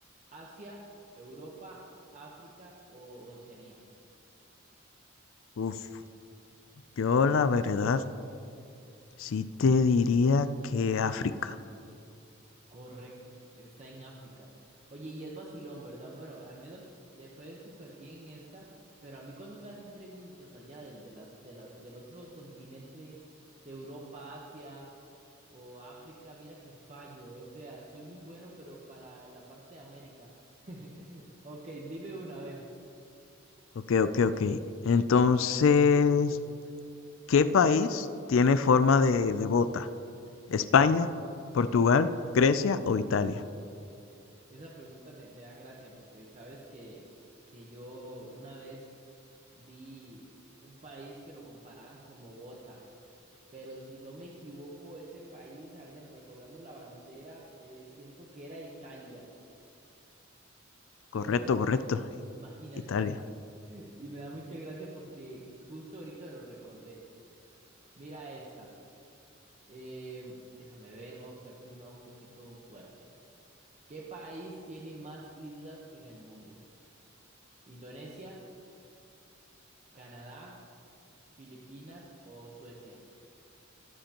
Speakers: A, on the right (about 35°); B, on the left (about 75°).
A: ¿Asia, Europa, África o Oceanía?
B: uf. Yo la verdad sí te diría que África.
A: Correcto, está en África. Oye, y es vacilón, ¿verdad? Bueno, al menos te fue súper bien en esta, pero a mí cuando me hacen preguntas allá del, de las, de las, del otro continente, de Europa, Asia o África, mira que fallo. O sea, soy muy bueno, pero para la parte de América. <laughs> Ok, dime una, a ver.
B: Ok, ok, ok. Entonces... ¿Qué país tiene forma de, de bota? ¿España, Portugal, Grecia o Italia?
A: Esa pregunta me, me da gracia porque sabes que, que yo una vez vi un país que lo comparaban como bota. pero si no me equivoco, ese país, al menos recordando la bandera, eh, siento que era Italia.
B: Correcto,
A: Tengo, no tengo,
B: correcto.
A: r- imagínate.
B: Italia.
A: <laughs> Y me da mucha gracia porque justo ahorita lo recordé. Mira esta. Em, déjame ver, voy a buscarte una un poquito fuerte. ¿Qué país tiene más islas en el mundo? ¿Indonesia, Canadá, Filipinas o Suecia?